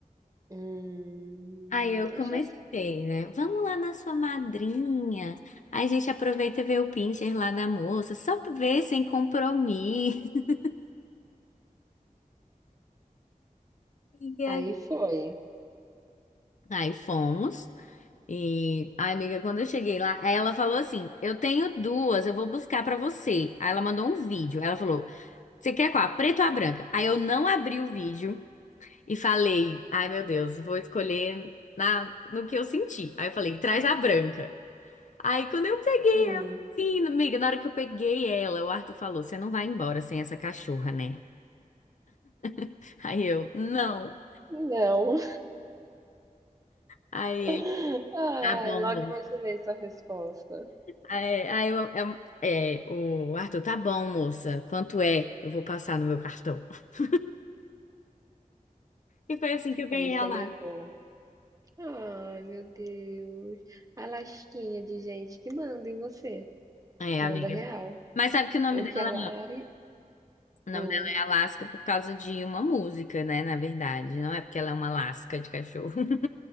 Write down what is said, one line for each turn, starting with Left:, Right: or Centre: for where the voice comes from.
Right: Hum,
Left: Aí eu comecei,
Right: já saquei.
Left: né? Vamos lá na sua madrinha. Aí a gente aproveita e vê o pincher lá da moça, só pra ver sem compromisso. <laughs> E
Right: Aí
Left: aí?
Right: foi.
Left: Aí fomos. E a amiga, quando eu cheguei lá, aí ela falou assim: Eu tenho duas, eu vou buscar pra você. Aí ela mandou um vídeo. Aí Ela falou: Você quer qual? A preta ou a branca? Aí eu não abri o vídeo e falei: Ai meu Deus, vou escolher na, no que eu senti. Aí eu falei: Traz a branca. Aí quando eu peguei
Right: Hum,
Left: ela, sim, amiga, na hora que eu peguei ela, o Arthur falou: Você não vai embora sem essa cachorra, né? <laughs> Aí eu, não.
Right: não.
Left: Aí
Right: <laughs>
Left: ele,
Right: Ai,
Left: tá bom,
Right: logo
Left: moça.
Right: imaginei sua resposta.
Left: Aí, aí eu- eu- é, o Arthur, tá bom, moça. Quanto é? Eu vou passar no meu cartão. <laughs> E foi assim que eu ganhei
Right: Aí você
Left: a Alaska.
Right: levou. Ai, meu Deus. A lasquinha de gente que manda em você.
Left: É,
Right: Manda
Left: amiga.
Right: real.
Left: Mas sabe que o nome
Right: O
Left: dela,
Right: que a Lari
Left: o nome
Right: hum,
Left: dela é Alaska por causa de uma música, né? Na verdade, não é porque ela é uma Alaska de cachorro. <laughs>